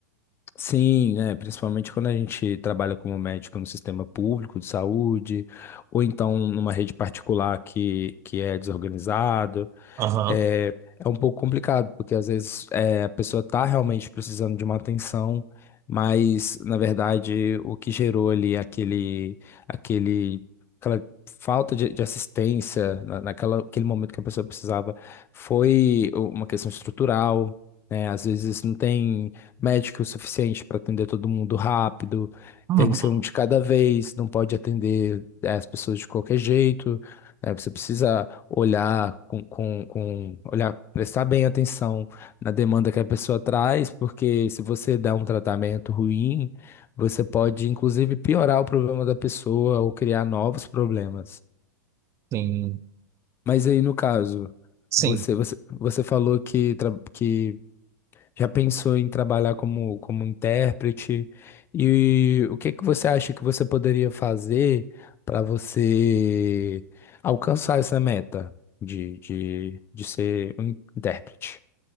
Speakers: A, on the left; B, on the right.
A: Sim, né? Principalmente quando a gente trabalha como médico no sistema público de saúde, ou então numa rede particular que, que é desorganizado.
B: Aham.
A: é, é um pouco complicado, porque às vezes é, a pessoa está realmente precisando de uma atenção, mas na verdade o que gerou ali aquele, aquele, aquela falta de, de assistência na, naquela, aquele momento que a pessoa precisava foi uma questão estrutural. né? às vezes não tem médico o suficiente para atender todo mundo rápido,
B: Uhum.
A: tem que ser um de cada vez, não pode atender eh, as pessoas de qualquer jeito né? Você precisa olhar com, com, com olhar, prestar bem atenção na demanda que a pessoa traz, porque se você dá um tratamento ruim, você pode inclusive piorar o problema da pessoa ou criar novos problemas.
B: Sim,
A: Mas aí, no caso,
B: sim.
A: você você, você falou que, tra- que já pensou em trabalhar como, como intérprete? E o que que você acha que você poderia fazer para você alcançar essa meta de, de, de ser um intérprete?